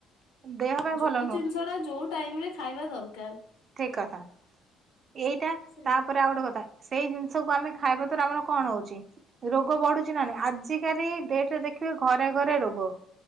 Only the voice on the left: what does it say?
ଯୋଉଁ
ଜିନିଷ ଟା ଯୋଉଁ ଟାଇମରେ ଖାଇବା ଦରକାର।
ସେ